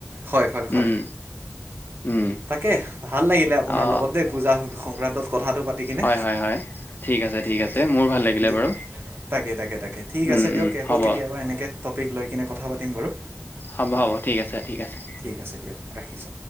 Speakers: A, on the right; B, on the left.
A: হয় হয় হয়।
B: উম উম
A: তাকে ভাল লাগিলে আপোনাৰ
B: অ
A: লগত দেই পূজা সংক্ৰান্তত কথাটো পাতি কিনে।
B: হয় হয় হয় ঠিক আছে ঠিক
A: তাকে
B: আছে মোৰ ভাল লাগিলে
A: দিয়া।
B: বাৰু।
A: তাকে তাকে তাকে ঠিক
B: উম
A: আছে দিয়ক
B: উম
A: আৌ
B: হ'ব
A: কেতিয়াবা এনেকে টপিক লৈ কিনে কথা পাতিম বাৰু।
B: হ'ব হ'ব ঠিক আছে ঠিক আছে।
A: ঠিক আছে দিয়ক ৰাখিছোঁ